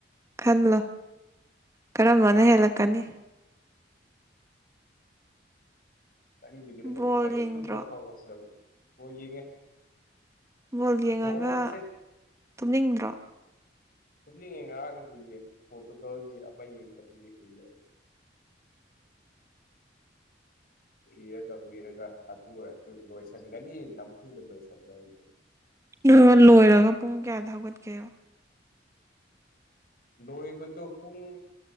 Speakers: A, on the right (about 15°); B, on the left (about 50°).
A: ꯈꯜꯂꯣ ꯀꯔꯝꯕꯅ ꯍꯦꯜꯂꯛꯀꯅꯤ
B: ꯅꯪꯒꯤꯗꯨꯅ ꯍꯦꯜꯂꯛꯀꯅꯤ
A: ꯕꯣꯜ ꯌꯦꯡꯗ꯭ꯔꯣ
B: ꯇꯨꯝꯕꯐꯥꯎ ꯑꯣ ꯌꯦꯡꯉꯦ
A: ꯕꯣꯜ ꯌꯦꯡꯉꯒ
B: ꯕꯣꯜꯁꯦ
A: ꯇꯨꯝꯅꯤꯡꯗ꯭ꯔꯣ
B: ꯇꯨꯝꯅꯤꯡꯉꯦ ꯉꯔꯥꯡꯒꯤ ꯎꯏꯌꯦ ꯄꯣꯔꯇꯨꯒꯜꯒꯤ ꯑꯃ ꯌꯦꯡꯕꯗꯨꯒꯤ ꯎꯏꯌꯦ ꯑꯩ ꯎꯏꯔꯒ ꯎꯏꯔꯒ ꯍꯥꯊꯨ ꯍꯥꯊꯨ ꯂꯣꯏꯁꯤꯟꯒꯅꯤ ꯅꯝꯐꯨꯗ ꯂꯣꯏꯁꯜꯂꯦ ꯑꯩꯗꯤ
A: ꯑꯗꯨꯒ ꯂꯣꯏꯔꯒ ꯄꯨꯡ ꯀꯌꯥꯗ ꯍꯧꯒꯠꯀꯦꯕ
B: ꯂꯣꯏꯕꯗꯣ ꯄꯨꯡ